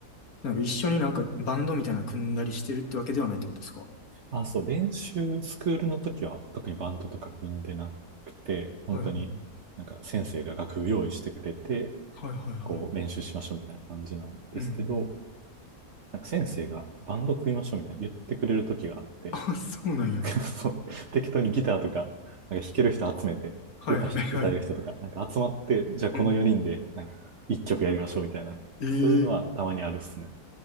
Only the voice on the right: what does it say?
あ、そう、練習、スクールの時は特にバンドとか組んでなくて、本当になんか先生が楽譜用意してくれて、
こう練習しましょうみたいな感じなんですけど、
なんか先生がバンド組みましょうみたいな言ってくれる時があって、
<laughs> そう適当にギターとか、なんか弾ける人集めて、
歌ひ、歌える人とか、なんか集まって、じゃあこの4人でなんか1曲やりましょうみたいな、
そういうのはたまにあるっすね。